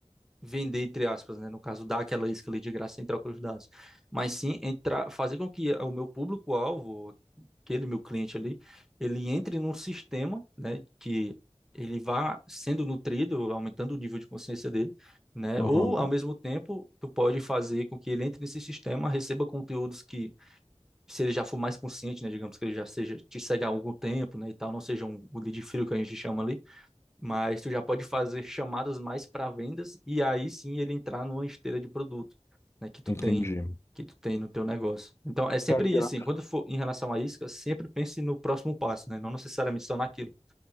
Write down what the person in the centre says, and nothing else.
vender, entre aspas, né? No caso, dar aquela isca ali de graça sem troca de dados, mas sim entrar, fazer com que o meu público-alvo, aquele meu cliente ali, ele entre num sistema, né? Que ele vá sendo nutrido, aumentando o nível de consciência dele, né?
Ou, ao mesmo tempo, tu pode fazer com que ele entre nesse sistema, receba conteúdos que se ele já for mais consciente, né, digamos que ele já seja te segue há algum tempo, né, e tal, não seja um o lead frio que a gente chama ali, mas tu já pode fazer chamadas mais para vendas e aí sim ele entrar numa esteira de produto, né, que tu
tem que tu tem no teu negócio. Então é sempre
isso, assim, quando for em relação a isca, sempre pense no próximo passo, né, não necessariamente só naquilo.